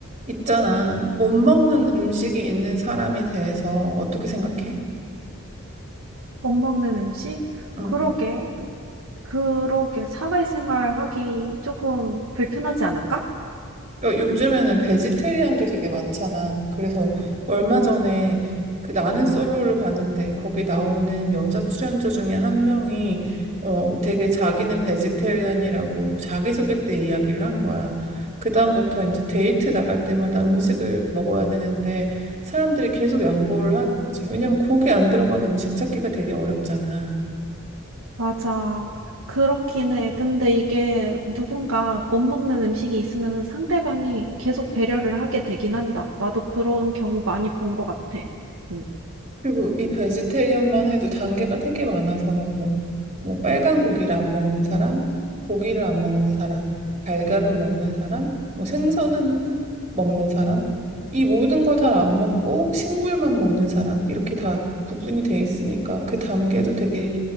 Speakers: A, on the right; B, on the right.
A: 있잖아. 못 먹는 음식이 있는 사람에 대해서 어떻게 생각해?
B: 못 먹는 음식?
A: 응.
B: 그러게, 그러게, 사회생활 하기 조금 불편하지 않을까?
A: 그러니까 요즘에는 베지테리안도 되게 많잖아. 그래서 얼마 전에 그 나는 솔로를 봤는데 거기 나오는 여자 출연자 중에 한 명이 어 되게 자기는 베지테리안이라고 자기소개 때 이야기를 한 거야. 그다음부터 이제 데이트 나갈 때마다 음식을 먹어야 되는데 사람들이 계속 양보를 하는 거지. 왜냐면 고기 안 들어간 음식 찾기가 되게 어렵잖아.
B: 맞아. 그렇긴 해. 근데 이게 누군가 못 먹는 음식이 있으면 상대방이 계속 배려를 하게 되긴 한다. 나도 그런 경우 많이 본 것 같아. 응.
A: 그리고 이 베지테리언만 해도 단계가 되게 많아서 뭐, 뭐 빨간 고기를 안 먹는 사람, 고기를 안 먹는 사람, 달걀은 먹는 사람, 뭐 생선은 먹는 사람, 이 모든 걸 다 안 먹고 식물만 먹는 사람 이렇게 다 구분이 돼 있으니까 그 단계도 되게